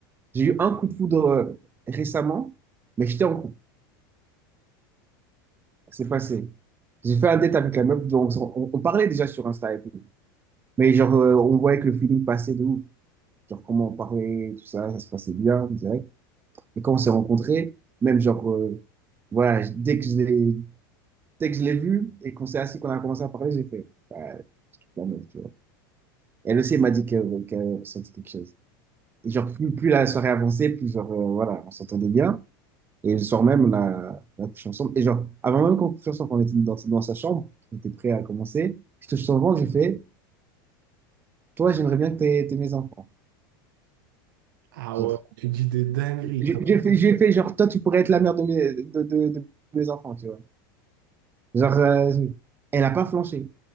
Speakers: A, on the right; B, on the right.
A: J'ai eu un coup de foudre euh, récemment, mais j'étais en couple. C'est passé. J'ai fait un date avec la meuf, donc on, on parlait déjà sur Insta et tout. Mais genre, euh, on voyait que le feeling passait de ouf. Genre, comment on parlait, tout ça, ça se passait bien, direct. Et quand on s'est rencontrés, même genre, euh, voilà, j- dès que je l'ai, dès que je l'ai vue et qu'on s'est assis, qu'on a commencé à parler, j'ai fait, bah, la meuf, tu vois. Elle aussi, elle m'a dit qu'elle qu'elle ressentait quelque chose. Et genre, plus, plus la soirée avançait, plus genre, euh, voilà, on s'entendait bien. Et le soir même, on a, on a couché ensemble. Et genre, avant même qu'on couche ensemble, on était dans, dans sa chambre, on était prêt à commencer. Je touche son ventre, j'ai fait, toi, j'aimerais bien que t'aies t'aies mes enfants.
B: Ah
A: Genre,
B: ouais, tu dis des dingueries,
A: J'ai
B: toi.
A: j'ai fait, j'ai fait, genre, toi, tu pourrais être la mère de mes, de, de, de mes enfants, tu vois. Genre, euh, elle a pas flanché.